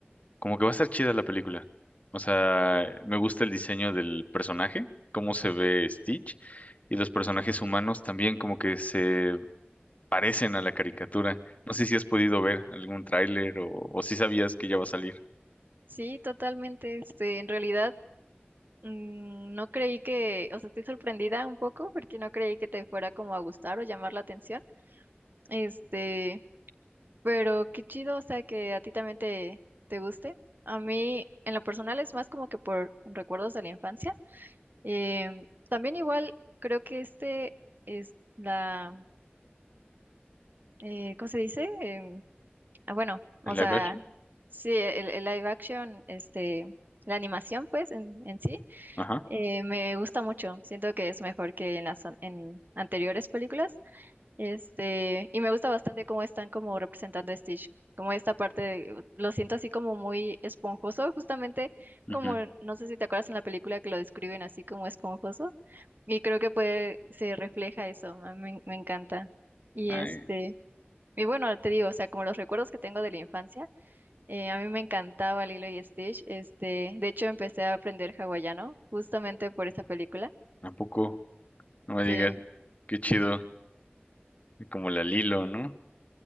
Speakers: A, on the left (about 35°); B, on the right (about 50°).
A: como que va a estar chida la película. O sea, me gusta el diseño del personaje, cómo se ve Stitch y los personajes humanos también como que se parecen a la caricatura. No sé si has podido ver algún tráiler o, o si sabías que ya va a salir.
B: Sí, totalmente. Este, en realidad, mm, no creí que, o sea, estoy sorprendida un poco porque no creí que te fuera como a gustar o llamar la atención. Este, pero qué chido, o sea, que a ti también te, te guste. A mí, en lo personal, es más como que por recuerdos de la infancia. Em, también igual, creo que este es la, eh, ¿cómo se dice? Em, Ah, Bueno, o
A: ¿El
B: sea,
A: live action?
B: sí, el, el live action, este, la animación, pues, en, en sí,
A: Ajá.
B: eh, me gusta mucho. Siento que es mejor que en las an- en anteriores películas. Este, y me gusta bastante cómo están como representando a Stitch. Como esta parte, de- lo siento así como muy esponjoso, justamente
A: ujú.
B: como, no sé si te acuerdas en la película que lo describen así como esponjoso. Y creo que puede, se refleja eso, a mí me me encanta. Y
A: Ay,
B: este, y bueno, te digo, o sea, como los recuerdos que tengo de la infancia. Eh, a mí me encantaba Lilo y Stitch. Este, de hecho, empecé a aprender hawaiano justamente por esta película.
A: tampoco, no me
B: Sí,
A: digas. Qué chido. Como la Lilo, ¿no?